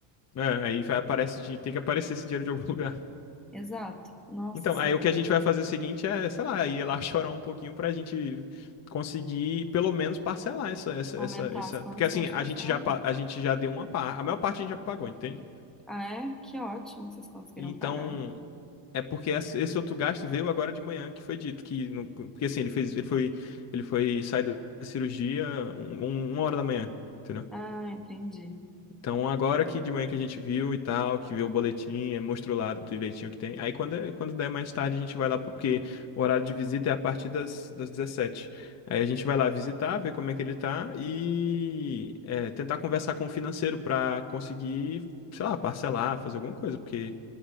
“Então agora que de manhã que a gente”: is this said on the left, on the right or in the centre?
Left